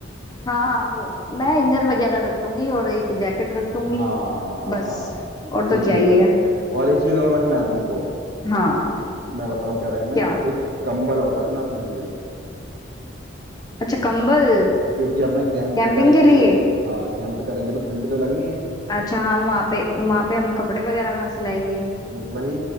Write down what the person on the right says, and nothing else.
हाँ हाँ
ये ठीक
है
और एक चीज और रखना है तुमको
मैं बताऊं क्या रखना
है एक कंबल और रखना अपने लिए
क्योंकि अपना कैंप
करेंगे
हाँ कैंप करेंगे तो ठंडी तो लगनी है
वही